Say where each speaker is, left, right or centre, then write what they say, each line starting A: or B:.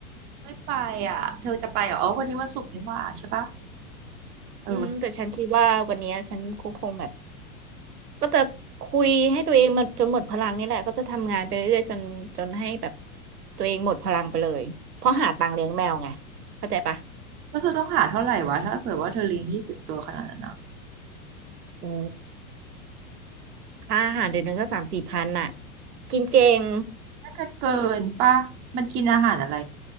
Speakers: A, on the right; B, on the right.
A: ไม่ไปอ่ะเธอจะไปเหรออ๋อวันนี้วันศุกร์นี่หว่าใช่ปะเออ
B: อืมแต่ฉันคิดว่าวันนี้ฉันคงคงแบบ ก็จะคุยให้ตัวเองมันจนหมดพลังนี่แหละก็จะทำงานไปเรื่อยๆจนจนให้แบบตัวเองหมดพลังไปเลยเพราะหาตังค์เลี้ยงแมวไงเข้าใจปะ
A: แล้วเธอต้องหาเท่าไหร่วะถ้าเกิดว่าเธอเลี้ยงยี่สิบตัวขนาดนั้นอะ
B: โอ้ค่าอาหารเดือนหนึงก็สามสี่พันน่ะกินเก่ง
A: จะเกินป่ะมันกินอาหารอะไร